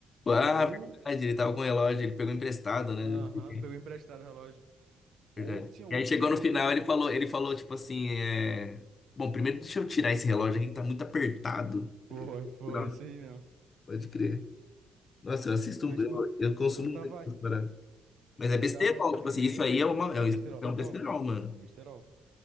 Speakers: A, on the left; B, on the right.
A: Ah,
B: Ou.
A: verdade, ele tava com o relógio, ele pegou emprestado, né?
B: Aham,
A: Não sei quem.
B: pegou emprestado o relógio.
A: Verdade.
B: Ou tinha outro
A: E aí chegou
B: lá
A: no final,
B: que não sei
A: ele
B: qual.
A: falou, ele falou tipo assim, é... Bom, primeiro deixa eu tirar esse relógio aqui que tá muito apertado.
B: Foi, foi,
A: Não,
B: isso aí mesmo.
A: pode crer. Nossa, eu assisto,
B: Mas,
A: eu,
B: tipo,
A: eu consumo
B: eu tava.
A: muito essas paradas. Mas é
B: Eu
A: besterol,
B: tava entre
A: tipo assim,
B: ele.
A: isso aí é, uma,
B: É
A: é um,
B: besterol
A: é
B: total.
A: um besterol, mano.
B: É um besterol.